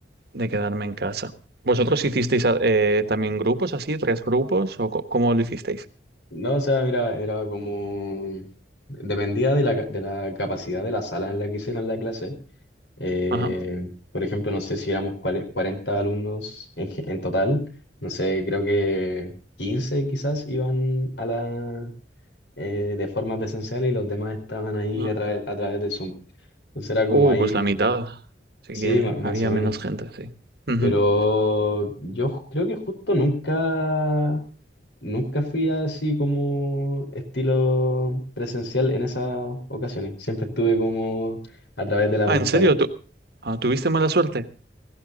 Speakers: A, on the right (about 60°); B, on the left (about 85°).
A: de quedarme en casa. ¿Vosotros hicisteis eh, también grupos así, tres grupos, o co- cómo lo hicisteis?
B: No, o sea, mira, era como... Dependía de la, ca- de la capacidad de la sala en la que hicieran la clase. Eh,
A: Ajá.
B: por ejemplo, no sé si éramos cuale- 40 alumnos en, ge- en total. No sé, creo que 15 quizás iban a la, eh, de forma presencial y los demás estaban ahí
A: ajá.
B: a través, a través de Zoom. Entonces era como
A: Uh,
B: ahí,
A: pues la mitad. Así
B: sí,
A: que
B: ma- más
A: había
B: o menos.
A: menos gente, sí. Ujú.
B: Pero yo ju- creo que justo nunca, nunca fui así como estilo presencial en esas ocasiones. Siempre estuve como a través de la
A: Ah,
B: pantalla.
A: ¿en serio? ¿Tú, ah, tuviste mala suerte?